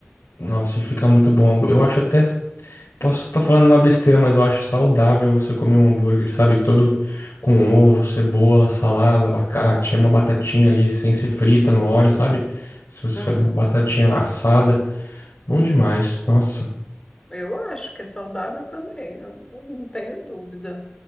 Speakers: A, on the left; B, on the left.
A: Nossa, e fica muito bom. Eu acho até. Posso estar falando uma besteira, mas eu acho saudável você comer um hambúrguer, sabe? Todo com ovo, cebola, salada, abacate, é uma batatinha ali, sem ser frita no óleo, sabe? Se você
B: Uhum.
A: faz uma batatinha assada, bom demais, nossa.
B: Eu acho que é saudável também, eu não não tenho dúvida.